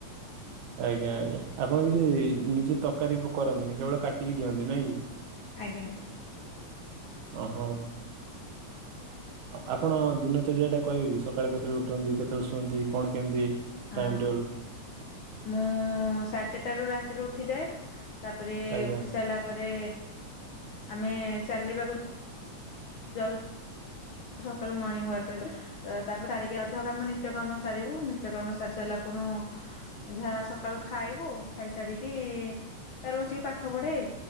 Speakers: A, on the right (about 80°); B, on the left (about 65°).
A: ଆଜ୍ଞା ଆଜ୍ଞା। ଆପଣ କିଛି ନିଜେ ତରକାରୀ କରନ୍ତିନି କେବଳ କାଟିକି ଦିଅନ୍ତି ନାଇଁ?
B: ଆଜ୍ଞା।
A: ଅହଁ।
B: <inaudible>
A: ଆପଣ ଦିନ ତୋଳିବା ଟା କହିବେ କି, ସକାଳେ କେତେବେଳେ ଉଠନ୍ତି? କେତେବେଳେ ଶୁଅନ୍ତି? କଣ କେମିତି?
B: ଆ,
A: ଟାଇମ ଟେବୁଲ
B: ମୁଁ ସାଢେ଼ ଚାରିଟାରୁ ରା ରାତିରେ ଉଠିଯାଏ। ତାପରେ
A: ଆଜ୍ଞା
B: ଉଠି ସାରିଲା ପରେ, ଆମେ ଚାଲିବାକୁ ଯାଉ ସକାଳୁ ମର୍ଣ୍ଣିଂ ୱାକ୍ ରେ ଯାଏ। ତାପରେ ସାରିକି ଗାଧୁଆ କାମ ନି ନିତ୍ୟକର୍ମ ସାରିବୁ। ନିତ୍ୟକର୍ମ ସାରି ସାରିଲା କୁଣୁ ଯାହା ସକାଳୁ ଖାଇବୁ। ଖାଇସାରିକି ତାର ବସିକି ପାଠ ପଢେ।